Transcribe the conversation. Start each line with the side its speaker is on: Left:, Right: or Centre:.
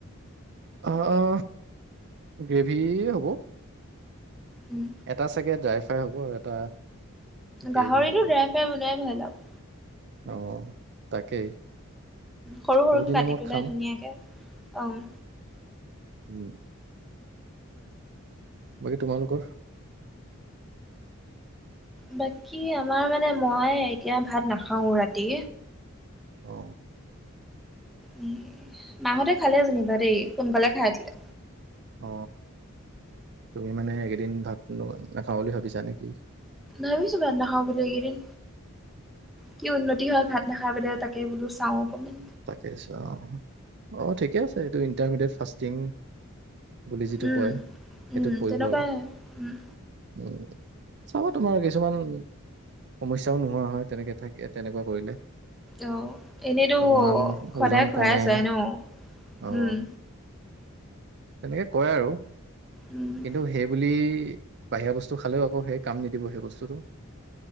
Right: অ অ গ্ৰেভি হ'ব।
Centre: উম।
Right: এটা চাগে ড্ৰাই ফ্ৰাই হ'ব আৰু এটা, গ্ৰেভি
Centre: গাহৰিটো
Right: হ'ব
Centre: ড্ৰাই ফ্ৰাই বনোৱাই ভাল আৰু।
Right: অ তাকেই।
Centre: সৰু সৰুকে
Right: বহুত দিনৰ
Centre: কাটি
Right: মূৰত
Centre: পেলাই
Right: খাম
Centre: ধুনীয়াকে। অ উম।
Right: উম। বাকী তোমালোকৰ?
Centre: বাকী আমাৰ মানে মই এতিয়া ভাত নাখাওঁ ৰাতি।
Right: অ।
Centre: উম, মাহতে খালে যেনিবা দেই সোনকালে খাই উঠিলে।
Right: অ, তুমি মানে এইকেইদিন ভাত নো নাখাওঁ বুলি ভাবিছা নেকি?
Centre: ভাবিছো ভাত নাখাওঁ বুলি এইকেইদিন। কি উন্নতি হয় ভাত- নাখায় পেলাই তাকে বোলো চাওঁ অকনমান।
Right: তাকে চাওঁ, অ ঠিকে আছে এইটো ইণ্টাৰমিডিয়েট ফাষ্ট তিঙ- বুলি যিটো
Centre: উম,
Right: কয়,
Centre: উম,
Right: সেইটোত পৰিব
Centre: তেনেকুৱাই
Right: আৰু।
Centre: উম।
Right: উম চাব তোমাৰ কিছুমান, সমস্যাও নোহোৱা হয় তেনেকে থাকে তেনেকুৱা কৰিলে
Centre: অঁ এনেইতো
Right: অকমান
Centre: সদায়
Right: ওজন
Centre: খুৱাই
Right: কমে
Centre: যায় ন
Right: অ
Centre: ওম
Right: তেনেকে কয় আৰু
Centre: উম।
Right: কিন্তু সেইবুলি বাহিৰা বস্তু খালেও আকৌ সেই কাম নিদিব সেই বস্তুটো।